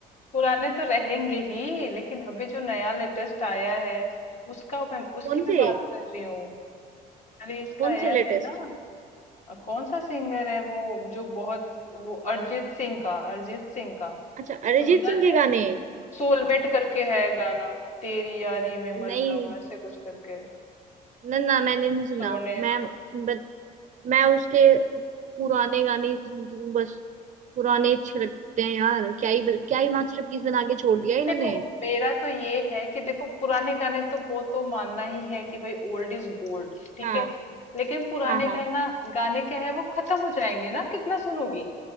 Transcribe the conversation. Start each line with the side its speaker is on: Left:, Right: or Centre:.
Left: पुराने तो रहेंगे ही लेकिन अभी जो नया लेटेस्ट आया है उसका मैं उसकी
Right: कौन
Left: मैं
Right: से
Left: बात कर रही हूँ अरे इसका
Right: कौन
Left: आया
Right: से लेटेस्ट
Left: है ना अ, कौन सा सिंगर है वो जो बहुत वो अरिजीत सिंह का अरिजीत सिंह का
Right: अच्छा अरिजीत
Left: सुना
Right: सिंह के गाने
Left: सोलमेट करके है गाना तेरी यारी में
Right: नहीं
Left: मर जाऊं ऐसे कुछ करके
Right: ना ना मैंने नहीं सुना
Left: सोने
Right: मैं बट मैं उसके पुराने गाने ही सुनती हूँ बस पुराने अच्छे लगते हैं यार क्या ही क्या ही मास्टरपीस बना के छोड़ दिया इन्होंने
Left: देखो मेरा तो ये है कि देखो पुराने गाने तो वो तो मानना ही है कि भाई ओल्ड इज गोल्ड ठीक
Right: हाँ
Left: है लेकिन पुराने
Right: हाँ हाँ
Left: गाना गाने क्या है वो खत्म हो जाएंगे ना कितना सुनोगी